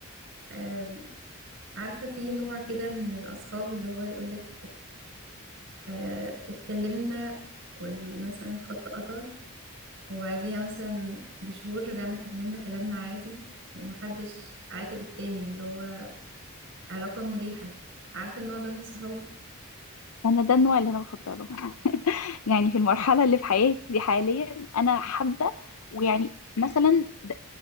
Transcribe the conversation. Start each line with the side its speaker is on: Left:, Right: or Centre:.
Right: آه عارفة في نوع كده من الأصحاب اللي هو يقولك آه اتكلمنا مثلا خط قطع وبعديها مثلا بشهور رجعنا كملنا كلامنا عادي ومحدش عاتب التاني اللي هو علاقة مريحة عارفة النوع ده من الصحاب
Left: أنا ده النوع اللي أنا بفضله <laughs> يعني في المرحلة اللي في حياتي دي حاليا أنا حابة ويعني مثلا ده,